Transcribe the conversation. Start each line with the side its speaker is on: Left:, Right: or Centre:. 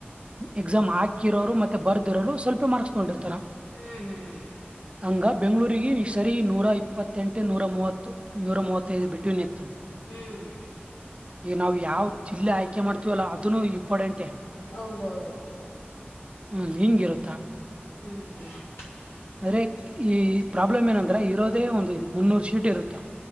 Right: ಎಕ್ಸಾಮ್ ಹಾಕಿರೋರು ಮತ್ತೆ ಬರ್ದಿರೋರು ಸ್ವಲ್ಪ ಮಾರ್ಕ್ಸ್ ತಗೊಂಡಿರ್ತಾರ.
Left: <unintelligible>
Right: ಹಂಗ ಬೆಂಗಗಳೂರಿಗೆ ಸರಿ ನೂರಾ ಇಪ್ಪತ್ತೆಂಟು ನೂರ ಮೂವತ್ತು ನೂರ ಮೂವತ್ತೈದು ಬಿಟ್ವೀನ್ ನಿತ್ತು.
Left: ಹ್ಮ್
Right: ಈಗ ನಾವು ಯಾವ್ ಜಿಲ್ಲೆ ಆಯ್ಕೆ ಮಾಡ್ತೀವಲ್ಲ ಅದನ್ನು ಇಂಪಾರ್ಟೆಂಟೇ.
Left: ಹೌದು ಹೌದು.
Right: ಹ್ಮ್ ಹಿಂಗಿರುತ್ತಾ.
Left: <inaudible>
Right: ಅರೆ ಈ ಪ್ರಾಬ್ಲಮ್ ಏನಂದ್ರ ಇರೋದೇ ಒಂದು ಮುನ್ನೂರು ಶೀಟ್ ಇರುತ್ತ.